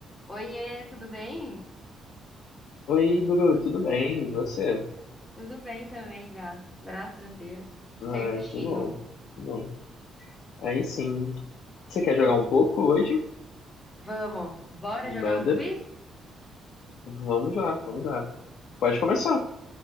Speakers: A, on the left; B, on the left.
A: Oiê, tudo bem?
B: Oi, Bruno, tudo bem? E você?
A: Tudo bem também, Gá. Graças a Deus. Certinho.
B: Ai, que bom. que bom. Aí sim. Você quer jogar um pouco hoje?
A: Vamos, bora
B: Animada?
A: jogar um quiz?
B: Vamos lá, vamos lá. Pode começar.